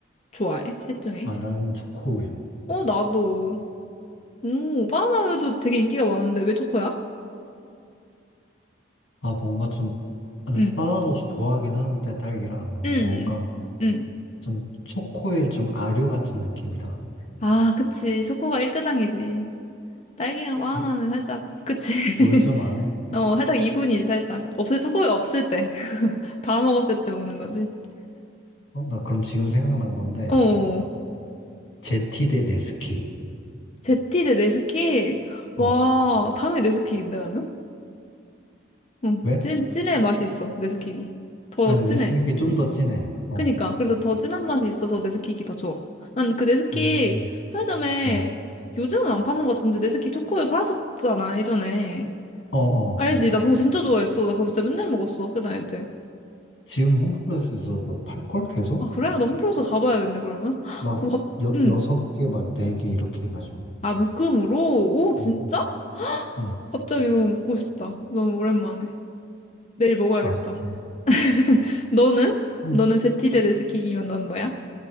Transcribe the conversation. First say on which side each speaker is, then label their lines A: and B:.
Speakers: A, on the left (about 35°); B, on the left (about 80°).
A: 좋아해? 셋 중에?
B: 아, 나는 초코우유.
A: 어, 나도. 오, 바나나 우유도 되게 인기가 많은데 왜 초코야?
B: 아, 뭔가 좀, 아, 근데
A: 응,
B: 사나도 좋아하긴 하는데, 딸기랑. 근데
A: 응,
B: 뭔가
A: 응.
B: 좀 초코의 좀 아류 같은 느낌이라.
A: 아, 그치. 초코가 일대장이지. 딸기랑 바나나는
B: 뭐,
A: 살짝, 그치. <laughs>
B: 뭘좀 안 해?
A: 어, 살짝 이군이지, 살짝. 없을, 때, 거의 없을 때. <laughs> 다 먹었을 때 먹는 거지.
B: 어, 나 그럼 지금 생각난 건데,
A: 어,
B: 제티 대 네스킥.
A: 제티 대 네스킥.
B: 어,
A: 와, 당연히 네스킥인데, 나는? 응,
B: 왜?
A: 찐, 찐의 맛이 있어, 네스킥이. 더
B: 아, 근데
A: 진해.
B: 네스킥이 좀 더 진해. 어,
A: 그니까, 그래서 더 진한 맛이 있어서 네스킥이 더 좋아. 난 그 네스킥
B: 음.
A: 편의점에
B: 어,
A: 요즘은 안 파는 것 같은데, 네스킥 초코우유 팔았었잖아, 예전에.
B: 어, 어.
A: 알지?
B: 어.
A: 나 그거 진짜 좋아했어. 나 그거 진짜 맨날 먹었어, 학교 다닐 때.
B: 지금 홈플러스에서도 팔걸 계속?
A: 아, 그래? 나 홈플러스 가봐야겠네, 그러면. <gasps>
B: 막
A: 그거 갑,
B: 여,
A: 응.
B: 여섯 개, 막 네 개 이렇게 해가지고.
A: 아, 묶음으로? 오, 진짜?
B: 음, 음, 음,
A: 갑자기 너무 먹고 싶다. 너무 오랜만에. 내일 먹어야겠다.
B: 맛있지.
A: <laughs> 너는?
B: 음.
A: 너는 제티대 네스키기면 넌 뭐야?